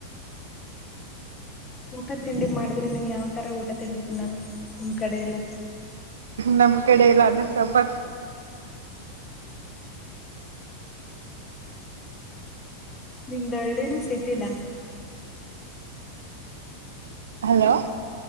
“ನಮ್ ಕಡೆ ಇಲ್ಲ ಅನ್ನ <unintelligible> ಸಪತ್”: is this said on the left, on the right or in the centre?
Right